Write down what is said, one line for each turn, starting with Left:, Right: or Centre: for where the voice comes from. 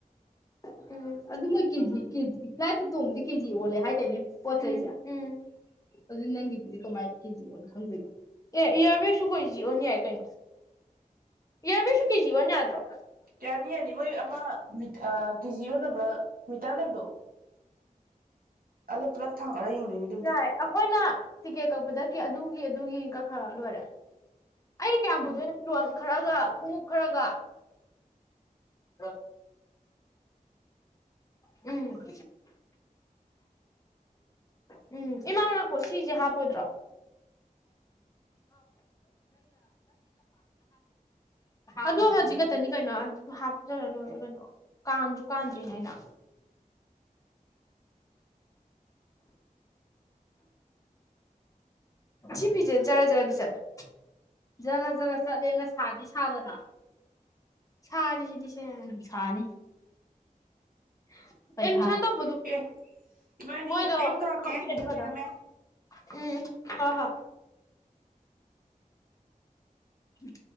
Left: ꯎ ꯑꯗꯨ ꯃꯣꯏ ꯀꯦꯖꯤꯖꯤ ꯐ꯭ꯂꯥꯏꯠꯇ ꯇꯣꯡꯕꯗꯤ ꯀꯦꯖꯤ ꯑꯣꯜꯂꯦ ꯍꯥꯏ ꯇꯅꯦ ꯄꯣꯠ ꯆꯩꯁꯦ ꯎꯝ ꯑꯗꯨ ꯅꯪꯒꯤꯗꯨꯗꯤ ꯀꯃꯥꯏꯅ ꯀꯦꯖꯤ ꯑꯣꯜꯂꯤ ꯈꯪꯗꯣꯏꯕꯣ ꯑꯦ ꯏꯌꯥꯔ ꯕꯦꯁꯨ ꯀꯦꯖꯤ ꯑꯣꯟ ꯌꯥꯏ ꯀꯩꯅꯣ ꯏꯌꯥꯔꯚꯦꯒꯁꯨ ꯀꯦꯖꯤ ꯑꯣꯟ ꯌꯥꯗ꯭ꯔꯣ
Right: ꯌꯥꯅꯤ ꯌꯥꯅꯤ ꯃꯣꯏ ꯑꯃ ꯃꯤ ꯀꯦꯖꯤ ꯑꯣꯟꯅꯕ ꯃꯤꯇꯔ ꯂꯩꯕꯗꯣ ꯑꯗꯣ ꯄꯨꯂꯞ ꯊꯥꯡꯒꯠꯂꯒ ꯌꯦꯡꯗꯣꯏꯅꯦ ꯑꯗꯨꯗꯤ
Left: ꯌꯥꯏ ꯑꯩꯈꯣꯏꯅ ꯇꯤꯀꯦꯠ ꯀꯛꯄꯗ ꯑꯗꯨꯒꯤ ꯑꯗꯨꯒꯤ ꯀ ꯈꯔ ꯂꯣꯏꯔꯦ ꯑꯩꯗꯤ ꯀꯌꯥꯝ ꯄꯨꯗꯣꯏꯅꯣ ꯐꯤꯔꯣꯟ ꯈꯔꯒ ꯈꯣꯡꯎꯞ ꯈꯔꯒ ꯍ ꯎꯝ ꯎꯝ ꯏꯃꯥꯅꯥꯛꯈꯣ ꯁꯤꯁꯦ ꯍꯥꯞꯄꯣꯏꯗ꯭ꯔꯣꯪꯒꯤ ꯑꯗꯨ ꯍꯧꯖꯤꯛ ꯈꯛꯇꯅꯤ ꯀꯩꯅꯣ ꯍꯥꯞꯆꯔ ꯂꯣꯏꯔꯦ ꯀꯩꯅꯣ ꯀ ꯀꯥꯟꯗ꯭ꯔꯤꯉ ꯍꯥꯏꯅ ꯁꯤ ꯄꯤꯤꯁꯦ ꯖꯔ ꯖꯔꯗꯤ ꯆꯠꯂꯦ ꯖꯔ ꯖꯔ ꯆꯠꯂꯦꯅ ꯁꯥꯗꯤ ꯁꯥꯗꯅ ꯁꯥꯔꯤꯁꯤꯗꯤ ꯁꯦ ꯅꯨꯡꯁꯥꯅꯤ <inaudible>
Right: ꯑꯦ ꯏꯕꯥꯅꯤ
Left: ꯃꯣꯏꯗꯣ
Right: ꯑꯩ ꯑꯃꯨꯛ ꯇꯧꯔꯛꯀꯦ
Left: ꯈꯪꯕꯤꯔꯗꯤ
Right: ꯃꯇꯝ
Left: ꯐꯗꯝ
Right: ꯍꯦꯜꯂꯝꯃꯦ
Left: ꯎꯝ ꯍ ꯍ ꯎꯝ